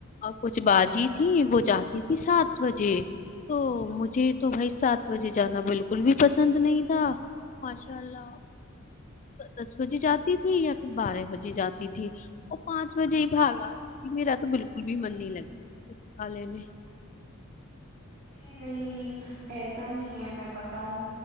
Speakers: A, on the left; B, on the right.
A: اور کچھ باجی تھیں وہ جاتی تھی سات بجے تو مجھے تو بھائی سات بجے جانا بالکل بھی پسند نہیں تھا ماشاء اللہ دس بجے جاتی تھی یا پھر بارہ بجے جاتی تھی اور پانچ بجے ہی بھاگ آ <unintelligible> میرا تو بالکل بھی من نہیں لگا اسستقالے میں <unintelligible>
B: جی نہیں ایسا نہیں ہے میں بتاؤں